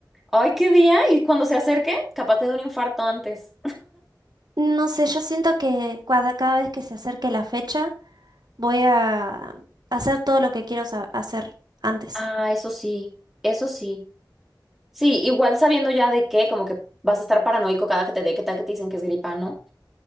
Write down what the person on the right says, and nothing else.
No sé, yo siento que cada, cada vez que se acerque la fecha voy a hacer todo lo que quiero sa- hacer antes.